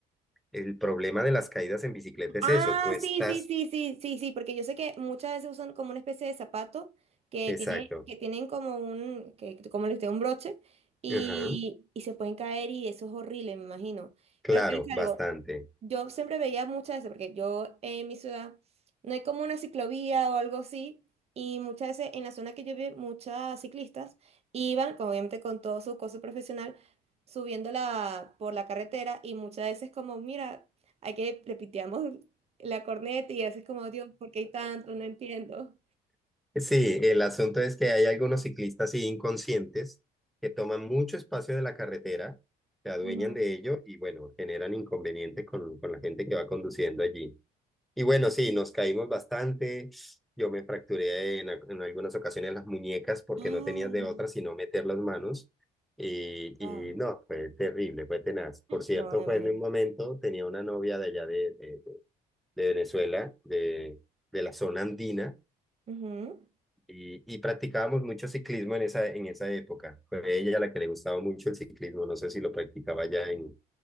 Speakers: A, in the centre; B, on the right (about 40°).
A: El problema de las caídas en bicicleta
B: Ah,
A: es eso, tú estás...
B: sí, sí, sí, sí, sí, sí, porque yo sé que muchas veces usan como una especie de zapato que
A: Exacto.
B: tiene, que tienen como un, que, como les digo, un broche y,
A: Ajá.
B: y se pueden caer y eso es horrible, me imagino.
A: Claro,
B: Pero te digo
A: bastante.
B: algo, yo siempre veía muchas veces, porque yo en mi ciudad no hay como una ciclovía o algo así, y muchas veces en la zona que yo vi, muchas ciclistas iban, como obviamente con todo su coso profesional, subiéndola por la carretera y muchas veces como, mira, hay que, le piteamos la corneta y haces como, Dios, ¿por qué hay tanto? No entiendo.
A: Sí, el asunto es que hay algunos ciclistas sí, inconscientes que toman mucho espacio de la carretera, se adueñan
B: Ujú.
A: de ello y bueno, generan inconveniente con, con la gente que va conduciendo allí. Y bueno, sí, nos caímos bastante. Yo me fracturé en, al- en algunas ocasiones las muñecas porque
B: Ay,
A: no tenías de otra sino meter las manos. Y,
B: wow.
A: y no, fue terrible, fue tenaz. Por cierto,
B: No, me
A: fue
B: imagino.
A: en un momento, tenía una novia de allá de, de, de Venezuela, de, de la zona andina,
B: Ujú.
A: y, y practicábamos mucho ciclismo en esa, en esa época. Fue ella la que le gustaba mucho el ciclismo, no sé si lo practicaba allá en,